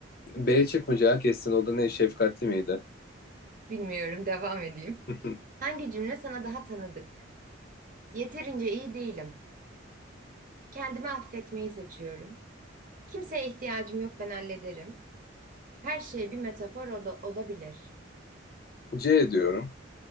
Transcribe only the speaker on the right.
Bilmiyorum, devam edeyim.
Hangi cümle sana daha tanıdık? Yeterince iyi değilim. Kendimi affetmeyi seçiyorum. Kimseye ihtiyacım yok, ben hallederim. Her şey bir metafor ola- olabilir.